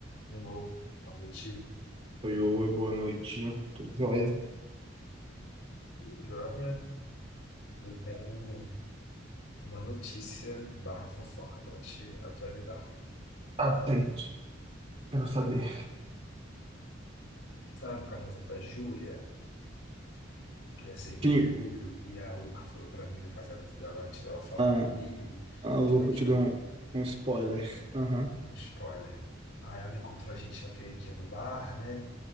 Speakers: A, on the left; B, on the right.
A: Demorou. Boa noite.
B: Oi, oi, boa noite. Tudo jóia?
A: Tudo Jóia, eu tenho uma notícia barra fofoca para te atualizar.
B: Atento, quero saber.
A: Sabe o casamento da Júlia, que é 6
B: Sim,
A: de julho, e a Luca falou para mim do casamento dela antes dela falar
B: ah,
A: comigo
B: a louco
A: e tudo aquilo?
B: te deu um, um spoiler. Aham,
A: É Um spoiler. Aí ela encontrou a gente naquele dia no bar, né?